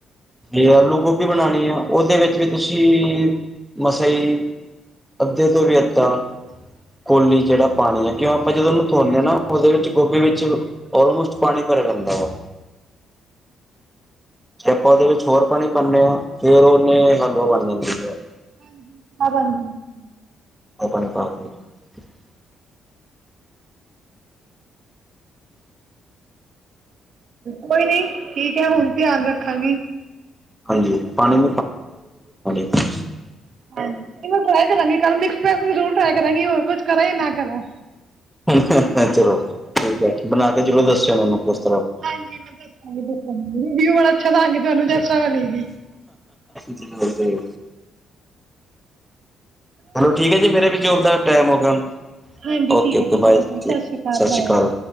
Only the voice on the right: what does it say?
ਹਾਂਜੀ ਅਬ ਆਉਂਦੀ <unintelligible>
ਕੋਈ ਨੀ ਠੀਕ ਹੈ ਹੁਣ ਧਿਆਨ ਰੱਖਾਂਗੀ।
ਹਾਂ ਜੀ ਮੈਂ ਟ੍ਰਾਈ ਕਰਾਂਗੀ ਕੱਲ ਮਿਕਸ ਵੇਜ ਵੀ ਸਰੂਰ ਟ੍ਰਾਈ ਕਰਾਂਗੀ ਹੋਰ ਕੁਛ ਕਰਾਂ ਯਾ ਨਾ ਕਰਾਂ।
ਹਾਂਜੀ ਮੈਂ ਦੱਸਾਂਗੀ ਦੱਸਾਂਗੀ। ਵਿਊ ਬੜਾ ਅੱਛਾ ਲਾਂ ਗ, ਤੁਹਾਨੂੰ ਤੇ ਅੱਛਾ ਬਣੇਗੀ।
ਹਾਂਜੀ
ਠੀਕ
ਹੈ ਠੀਕ
ਹੈ
ਬਾਏ